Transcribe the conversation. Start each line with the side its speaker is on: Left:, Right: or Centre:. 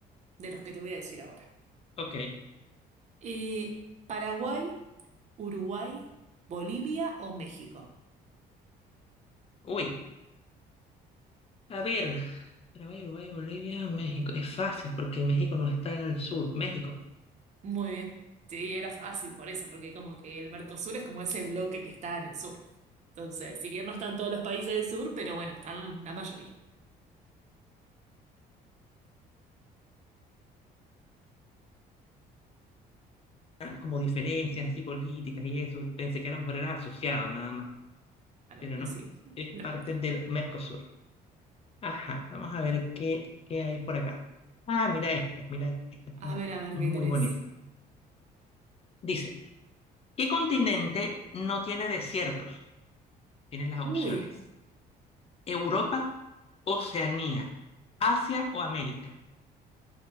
Right: De los que te voy a decir ahora.
Left: ok.
Right: Eh, ¿Paraguay, Uruguay, Bolivia o México?
Left: Uy, a ver. Paraguay, Uruguay, Bolivia, México. Es fácil porque México no está en el sur. México.
Right: Muy bien. Sí, era fácil por eso, porque como que el Mercosur es como ese bloque que está en el sur. Entonces, si bien no están todos los países del sur, pero bueno, están la mayoría.
Left: como diferencias así políticas y eso. Pensé que a lo mejor era asociado nada más,
Right: Claro
Left: pero
Right: que
Left: no.
Right: sí.
Left: Es
Right: No.
Left: parte del Mercosur. Ajá, vamos a ver qué, qué hay por acá. Ah, mira esta, mira, esta está
Right: A ver, a ver
Left: muy
Right: qué tenés.
Left: bonita. Dice, ¿qué continente no tiene desiertos? Tienen las
Right: Uy.
Left: opciones. Europa, Oceanía, Asia o América.